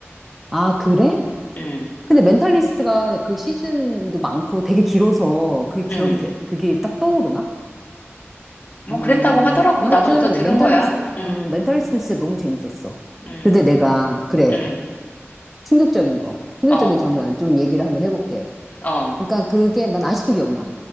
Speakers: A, in the centre; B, on the left.
A: 아, 그래?
B: 음,
A: 근데 멘탈리스트가 그 시즌도 많고 되게 길어서 그게 기억이
B: 음.
A: 돼, 그게 딱 떠오르나?
B: 뭐
A: 어,
B: 그랬다고 하더라고.
A: 뭐
B: 나도
A: 하여튼,
B: 어디서 들은
A: 멘탈리스트,
B: 거야. 음,
A: 어, 멘탈리스트는 진짜 너무 재밌었어.
B: 음,
A: 근데 내가, 그래,
B: 음.
A: 충격적인 거, 충격적인
B: 어,
A: 장면 좀 얘기를 한번 해볼게.
B: 어,
A: 그러니까 그게 난 아직도 기억나.